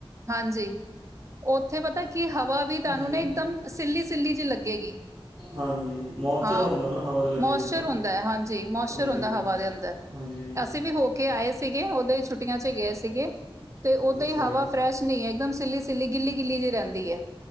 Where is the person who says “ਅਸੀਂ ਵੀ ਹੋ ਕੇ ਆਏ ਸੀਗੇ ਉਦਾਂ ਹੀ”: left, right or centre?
Right